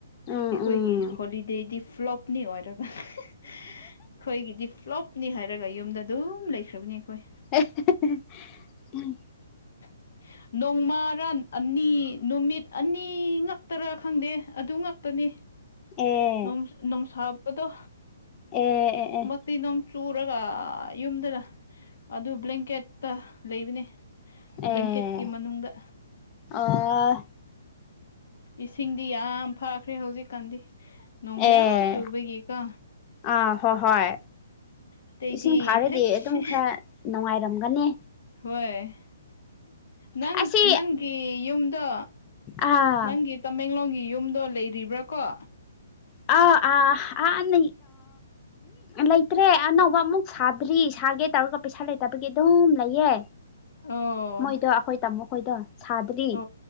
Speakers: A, on the left; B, on the left.
A: ꯎꯝ
B: ꯑꯩꯈꯣꯏꯒꯤ
A: ꯎꯝ
B: ꯍꯣꯂꯤꯗꯦꯗꯤ ꯐ꯭ꯂꯣꯞꯅꯤ ꯑꯣꯏꯔꯒ ꯑꯩꯈꯣꯏꯒꯤꯗꯤ ꯄ꯭ꯂꯣꯞꯅꯤ ꯍꯥꯏꯔꯒ ꯌꯨꯝꯗ ꯑꯗꯨꯝ ꯂꯩꯈ꯭ꯔꯕꯅꯤ ꯑꯩꯈꯣꯏ
A: ꯎꯝ <unintelligible>
B: <inaudible> ꯅꯣꯡꯃꯔꯥ ꯑꯅꯤ ꯅꯨꯃꯤꯠ ꯑꯅꯤ ꯉꯛꯇꯔꯥ ꯈꯪꯗꯦ ꯑꯗꯨ ꯉꯛꯇꯅꯦ
A: ꯑꯦ
B: ꯅꯣꯡ ꯅꯣꯡ ꯁꯥꯕꯗꯣ
A: ꯑꯦ ꯑꯦ ꯑꯦ
B: ꯅꯨꯡ ꯆꯨꯔꯒ ꯌꯨꯝꯗꯅ ꯑꯗꯨ ꯕ꯭ꯂꯦꯡꯀꯦꯠꯇ ꯂꯩꯕꯅꯦ ꯕ꯭ꯂꯦꯡꯀꯦꯠꯀꯤ
A: ꯑꯦ
B: ꯃꯅꯨꯡꯗ
A: ꯑꯥ
B: ꯏꯁꯤꯡꯗꯤ ꯌꯥꯝ ꯐꯈ꯭ꯔꯦ ꯍꯧꯖꯤꯛꯀꯥꯟꯗꯤ ꯅꯣꯡ
A: ꯑꯦ
B: ꯌꯥꯝ ꯆꯨꯕꯒꯤꯀꯣ
A: ꯑꯥ ꯍꯣꯏ ꯍꯣꯏ
B: ꯑꯇꯩꯗꯤ
A: ꯏꯁꯤꯡ ꯐꯥꯔꯗꯤ
B: ꯍꯩꯁ
A: ꯑꯗꯨꯝ ꯈꯔ ꯅꯨꯡꯉꯥꯏ ꯑꯣꯏꯔꯝꯒꯅꯤ
B: ꯍꯣꯏ ꯅꯪ
A: ꯑꯁꯤ
B: ꯅꯪꯒꯤ ꯌꯨꯝꯗꯣ
A: ꯑꯥ
B: ꯅꯪꯒꯤ ꯇꯃꯦꯡꯂꯣꯡꯒꯤ ꯌꯨꯝꯗꯣ ꯂꯩꯔꯤꯕ꯭ꯔꯥꯀꯣ
A: <unintelligible> ꯎꯝ ꯂꯩꯇ꯭ꯔꯦ ꯑꯅꯧꯕ ꯑꯃꯨꯛ ꯁꯥꯗ꯭ꯔꯤ ꯁꯥꯒꯦ ꯇꯧꯔꯒ ꯄꯩꯁꯥ ꯂꯩꯇꯕꯒꯤ ꯑꯗꯨꯝ ꯂꯩꯌꯦ
B: ꯑꯣ
A: ꯃꯣꯏꯗꯣ ꯑꯩꯈꯣꯏ ꯇꯥꯃꯣ ꯈꯣꯏꯗꯣ ꯁꯥꯗ꯭ꯔꯤ
B: ꯑꯣ